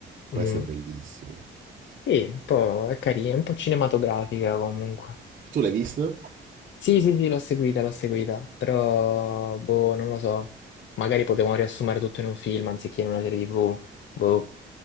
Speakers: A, on the right (about 45°); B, on the left (about 65°).
A: Questa
B: Mm,
A: è bellissima.
B: Sì, un po' è carina, un po' cinematografica comunque.
A: Tu l'hai visto?
B: Sì, sì, sì, l'ho seguita, l'ho seguita, però, boh, non lo so. Magari potevamo riassumere tutto in un film anziché in una serie TV. Boh.